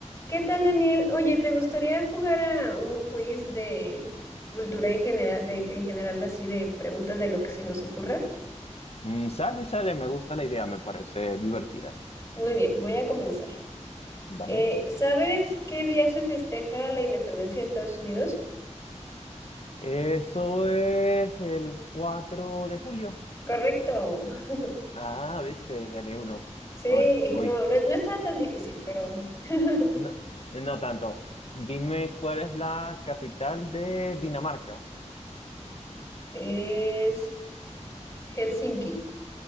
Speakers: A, on the left (about 20°); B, on the left (about 55°).
A: ¿Qué tal, Daniel? Oye, ¿te gustaría jugar a un quiz de cultura en general, de, en general así de preguntas de lo que se nos ocurra?
B: Mm, sale, sale, me gusta la idea, me parece divertida,
A: Muy bien, voy a comenzar.
B: ¿vale?
A: Eh, ¿sabes qué día se festeja la independencia de Estados Unidos?
B: Eso es el 4 de julio.
A: Correcto. <laughs>
B: Ah, viste, gané uno.
A: Sí,
B: A ver, voy.
A: no, no, no estaba tan difícil, pero <laughs>
B: No, no tanto. Dime cuál es la capital de Dinamarca.
A: es Helsinki,